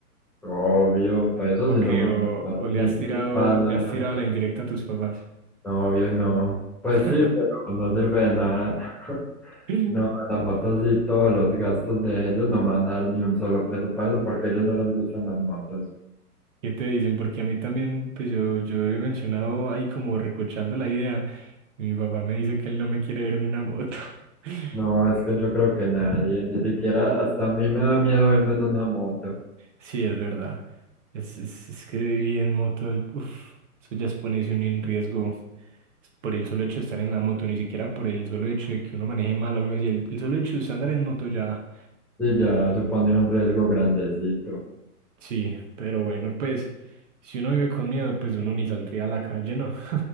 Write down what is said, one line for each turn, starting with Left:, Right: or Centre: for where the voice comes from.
Centre: Obvio, para eso
Right: Ok,
Centre: sí no me
Right: o,
Centre: van a dar,
Right: o le
Centre: ni,
Right: has
Centre: ni
Right: tirado,
Centre: para la
Right: le has tirado la indirecta a tus papás.
Centre: novia, no. Pues
Right: <laughs>
Centre: sí, pero no sirve de nada. <laughs>
Right: ¿Qué
Centre: No, a la moto sí, todos los gastos de ellos no me van a dar ni un solo peso para eso porque a ellos no les gustan las motos.
Right: te dicen? Porque a mí también, pues yo, yo he mencionado ahí como recochando la idea. y Mi papá me dice que él no me quiere ver en una moto. <laughs>
Centre: No, es que yo creo que nadie, ni siquiera hasta a mí me da miedo verme en una moto.
Right: Sí, es verdad. Es, es, es que ir en moto, uff, eso ya es ponerse uno en riesgo. Es por el solo hecho de estar en la moto, ni siquiera por el solo hecho de que uno maneje mal o algo así. El, el solo hecho de usted andar en moto ya,
Centre: Y ya supone un riesgo grandecito.
Right: sí, pero bueno, pues si uno vive con miedo, pues uno ni saldría a la calle, ¿no? <laughs>